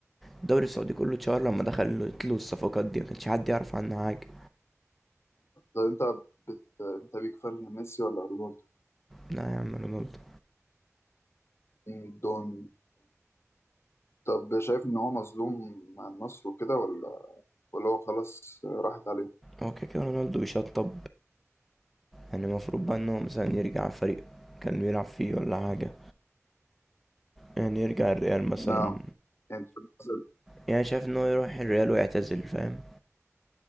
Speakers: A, in the centre; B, on the left.
A: الدوري السعودي كله اتشهر لما دخلت له الصفقات دي ما كانش حد يعرف عنها حاجه
B: طب انت بت... انت بيك فان ميسي ولا رونالدو؟
A: لا يا عم رونالدو
B: مين دون طب شايف إن هو مظلوم مع النصر وكده ولا ولا هو خلاص راحت عليه؟
A: هو كده كده رونالدو بيشطب يعني المفروض بقى ان هو مثلا يرجع فريق كان بيلعب فيه ولا حاجه يعني يرجع الريال مثلا
B: نعم يعني شايف مثلا
A: يعني شايف ان هو يروح الريال ويعتزل فاهم